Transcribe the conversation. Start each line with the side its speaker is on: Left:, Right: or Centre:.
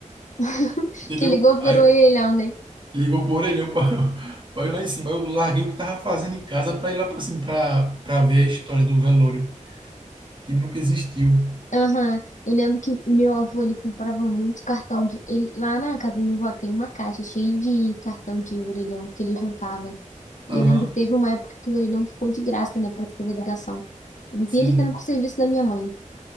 Left: <laughs>
Right: Entendeu?
Left: Que ligou
Right: Aí
Left: pelo orelhão, né?
Right: ligou pro orelhão para <laughs> eu ir lá em cima. Aí Eu larguei o que tava fazendo em casa para ir lá para cima, para para ver a história do velório, que nunca existiu.
Left: Aham, Eu lembro que meu avô, ele comprava muito cartão de... Ele, lá na casa do meu avô tem uma caixa cheia de cartão de orelhão que ele juntava. E
Right: Aham,
Left: eu lembro que teve uma época que o orelhão ficou de graça, né, pra fazer ligação. Eu vi
Right: sim.
Left: ele ficando pro serviço da minha mãe.